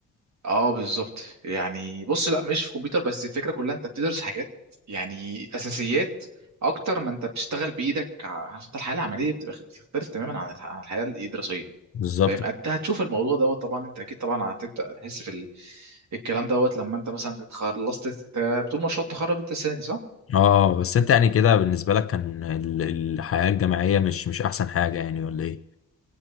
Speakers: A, on the right; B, on the left.
A: اه بالظبط يعني بص لا مش في كمبيوتر بس الفكره كلها انت بتدرس حاجات يعني اساسيات اكتر ما انت بتشتغل بايدك عارف انت الحياه العمليه بتبقى بتختلف تماما عن الح- عن الحياه الايه الدراسيه
B: بالظبط
A: فاهم انت هتشوف الموضوع دوت طبعا انت اكيد طبعا هتبدا تحس في ال... الكلام دوت لما انت مثلا خلصت طول مشروع التخرج انت السنه دي صح؟
B: اه بس انت يعني كده بالنسبه لك كان ال- الحياه الجامعيه مش مش احسن حاجه يعني ولا ايه